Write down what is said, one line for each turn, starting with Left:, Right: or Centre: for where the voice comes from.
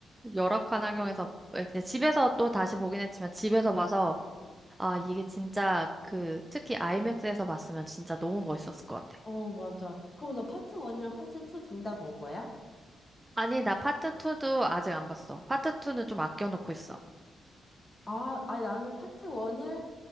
Right: 열악한 환경에서 에, 근데 집에서 또 다시 보긴 했지만 집에서 봐서 아 이게 진짜 그 특히 아이맥스에서 봤으면 진짜 너무 멋있었을 것 같아.
Left: 어, 맞아. 그럼 너 파트 1이랑 파트 2 둘 다 본 거야?
Right: 아니, 나 파트 2도 아직 안 봤어. 파트 2는 좀 아껴놓고 있어.
Left: 아, 아니 나는 파트 1을